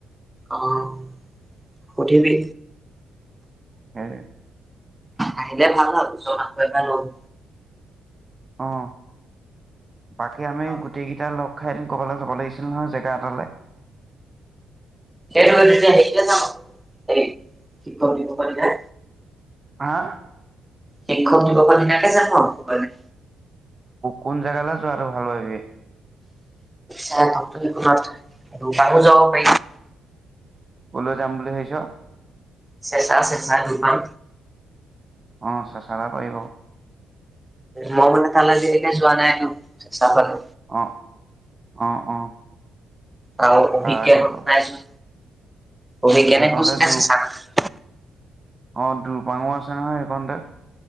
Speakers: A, in the centre; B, on the right.
A: অ', সুধিবি।
B: হেইটোৱে।
A: আহিলে ভাল আৰু ওচৰৰ মানুহ বোৰে পায় লগ
B: অ', বাকী আমি
A: অ
B: গোটেই কেইটা লগ খাই এদিন ক'বালৈ যাবা লাগিছিল নহয় জেগা এটালৈ।
A: সেই টোৱে তেতিয়া হেৰিলে যাম হেই শিক্ষক দিৱসৰ দিনা।
B: হা?
A: শিক্ষক দিৱসৰ দিনাকে যাম আৰু ক'বালে।
B: কোন জেগালে যোৱাটো ভাল পাবি?
A: <unintelligible> যাব পাৰি
B: কলৈ যাম বুলি ভাবিছ?
A: চেঁচা চেঁচা একদম
B: অ' চেঁচা হলে পাৰিব
A: মই মানে তালে আজি লৈকে যোৱা নাই ন চাবলে
B: অ' অ' অ'।
A: আৰু অভিজ্ঞানহঁত
B: তাকে ক
A: নাই চোন অভিজ্ঞানে
B: সেইকণতে
A: কৈছিলে
B: দূৰ
A: চেঁচা কথা।
B: অ' দুুৰপাঙো আছে নহয় সেইকনতে।